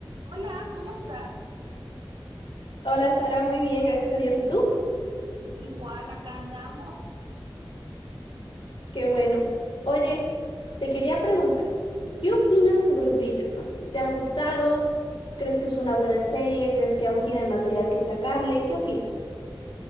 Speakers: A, on the right; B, on the left.
A: Hola, ¿cómo estás?
B: Hola Sara, muy bien, gracias a Dios. ¿Y tú?
A: Igual, acá andamos.
B: Qué bueno. Oye, te quería preguntar, ¿qué opinas sobre Bridgerton? ¿Te ha gustado? ¿Crees que es una buena serie? ¿Crees que aún tiene el material que sacarle? ¿Qué opinas?